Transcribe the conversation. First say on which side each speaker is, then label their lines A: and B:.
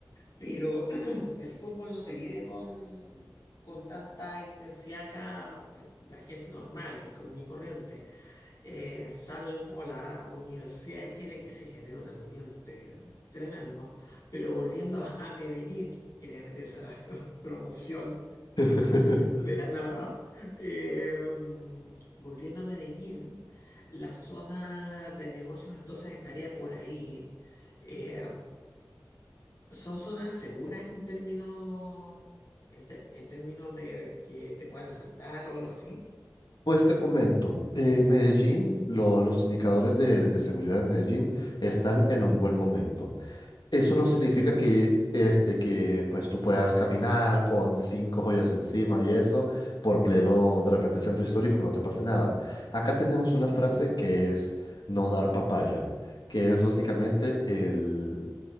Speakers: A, on the left (about 55°); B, on the left (about 70°).
A: pero <clears throat> el fútbol no se vive con, con tanta intensidad acá, eh, la gente normal, común y corriente, eh, salvo la Universidad de Chile que sí genera un ambiente tremendo. Pero volviendo a Medellín, quería meter esa <laughs> promoción
B: <laughs>
A: de la nada. Eh, volviendo a Medellín, la zona de negocios entonces estaría por ahí. Eh, son zonas seguras en términos, en, ter- en términos de que te puedan asaltar o algo así.
B: Pues te comento, eh, Medellín, lo- los indicadores de, de seguridad en Medellín están en un buen momento. Eso no significa que, este, que pues tú puedas caminar con cinco joyas encima y eso por pleno, de repente, centro histórico, no te pase nada. Acá tenemos una frase que es no dar papaya, que es básicamente el,